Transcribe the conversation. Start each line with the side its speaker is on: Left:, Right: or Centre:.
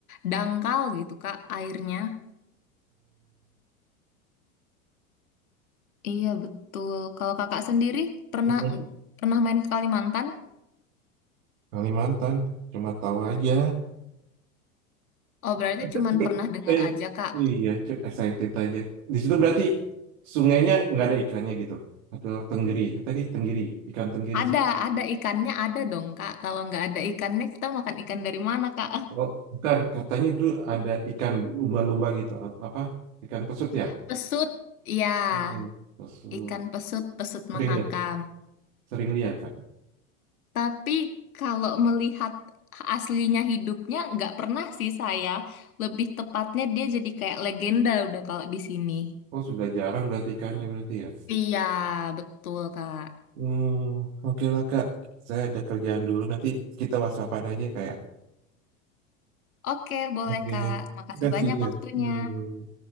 Left: dangkal gitu, Kak, airnya. Iya, betul. Kalau kakak sendiri pernah
Right: Hmm.
Left: pernah main ke Kalimantan?
Right: Kalimantan, cuma tahu aja.
Left: Oh, berarti
Right: <laughs>
Left: cuman
Right: Cepet.
Left: pernah dengar
Right: Eh,
Left: aja, Kak.
Right: iya, cukup excited aja. Di situ berarti sungainya nggak ada ikannya gitu. Atau tenggiri. Tadi tenggiri, ikan tenggiri
Left: Ada,
Right: sih.
Left: ada ikannya ada dong, Kak. Kalau nggak ada ikannya, kita makan ikan dari mana, Kak?
Right: Oh, bukan. Katanya itu ada ikan lumba-lumba gitu. Ap- Apa? Ikan pesut
Left: <laughs>
Right: ya?
Left: Pesut, ya,
Right: Hmm, pesut.
Left: ikan pesut, pesut
Right: Sering
Left: mahakam.
Right: lihat. Sering lihat, Kak.
Left: Tapi kalau melihat aslinya hidupnya, nggak pernah sih saya. Lebih tepatnya dia jadi kayak legenda udah kalau di sini.
Right: Oh, sudah jarang berarti ikannya berarti ya.
Left: Iya, betul, Kak.
Right: Hmm, oke lah, Kak. Saya ada kerjaan dulu. Nanti kita whatsappan aja kayak.
Left: Oke, boleh,
Right: Oke.
Left: Kak. Makasih
Right: Terima kasih
Left: banyak
Right: ya.
Left: waktunya.
Right: Hmm.